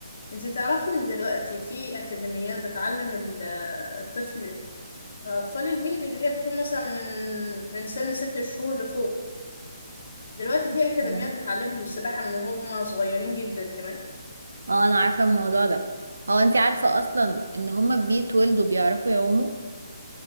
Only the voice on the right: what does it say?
اه
اه انا عارفة الموضوع ده هو انت عارفة اصلا ان هما بيتولدوا بيعرفوا يعوموا